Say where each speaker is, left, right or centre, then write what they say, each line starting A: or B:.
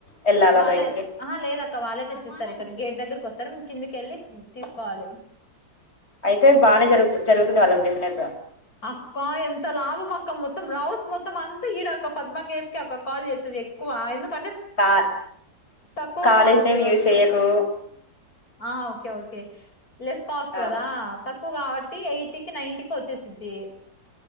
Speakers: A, on the left; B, on the left.
A: వెళ్ళాలా
B: వాళ్ళే
A: బయటికి
B: ఆ లేదక్క వాళ్ళే తెచ్చిస్తారు ఇక్కడ గేట్ దగ్గర. సారి కిందికెళ్ళి తీసుకోవాలి.
A: అయితే బాగానే జరుగు జరుగుతుంది వాళ్ళ బిజినెస్
B: అక్క ఎంత లాభం అక్క మొత్తం రాౌస్ మొత్ త్తం అంతా ఈడ అక్క పద్మ కేఫ్ కి అక్క కాల్ చేసేది ఎక్కువ ఎందుకు కంట
A: కా
B: తక్కువ
A: కాలేజ్
B: కాస్ట్
A: నేమ్ యూజ్ చెయ్యకు
B: ఆ ఓకే ఓకే లెస్ కాస్ట్
A: ఆ
B: కదా త క్కువ కాబట్టి ఎయిటీ కి నైన్టీకి వచ్చేసిది